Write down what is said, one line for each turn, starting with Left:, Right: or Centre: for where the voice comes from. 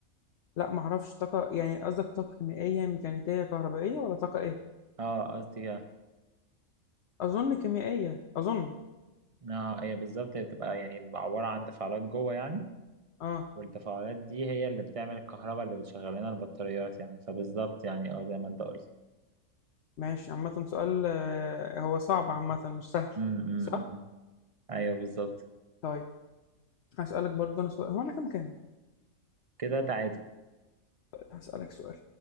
Left: لا معرفش طاقة يعني قصدك طاقة كيميائية ميكانيكية كهربائية ولا طاقة إيه؟
Right: اه قصدي كده
Left: أظن كيميائية أظن
Right: اه هي بالظبط هي بتبقى يعني عبارة عن تفاعلات جوه يعني
Left: آه
Right: والتفاعلات دي هي اللي بتعمل الكهرباء اللي بتشغل لنا البطاريات يعني فبالظبط يعني اه زي ما انت قلت
Left: ماشي عامة سؤال آه، هو صعب عامة مش سهل
Right: امم أمم،
Left: صح؟
Right: أمم. ايوه بالظبط
Left: طيب هسألك برضه أنا سؤال هو أنا كام كام؟
Right: كده تعادل
Left: هسألك سؤال